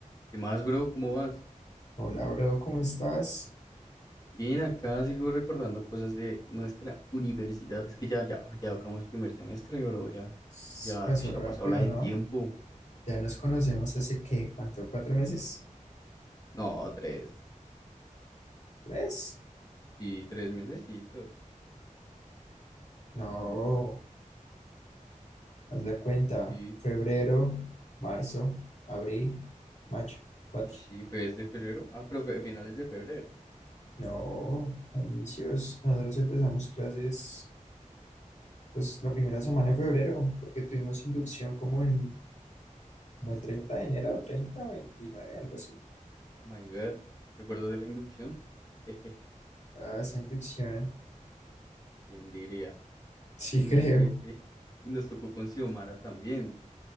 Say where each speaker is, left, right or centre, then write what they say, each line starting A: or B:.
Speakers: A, on the left (about 30°); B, on the left (about 60°).
A: ¿Qué más, bro? ¿Cómo vas?
B: Hola, bro, ¿cómo estás?
A: Bien, acá sigo recordando cosas de nuestra universidad. Es que ya, ya, ya acabamos primer semestre, bro. Ya,
B: S-
A: ya,
B: Pasó
A: ush,
B: rápido,
A: ha pasado la de
B: ¿no?
A: tiempo.
B: Ya nos conocemos hace qué? ¿cuánto? ¿Cuatro meses?
A: No, tres.
B: ¿Tres?
A: Sí, tres mesecitos.
B: No, haz la cuenta.
A: Sí.
B: Febrero, marzo, abril, mayo,
A: Uy,
B: cuatro.
A: sí, fue desde febrero. Ah, pero fue finales de febrero.
B: No, a inicios. Nosotros empezamos clases pues, la primera semana de febrero, porque tuvimos inducción como el, como el 30 de enero, 30 29 algo así.
A: Oh my God. ¿Te acuerdas de la inducción? <laughs> Jeje,
B: Ah, esa inducción. <laughs>
A: ¿quién diría?
B: Sí,
A: ¿Quién
B: creo.
A: diría que...? Y nos tocó con Xiomara también.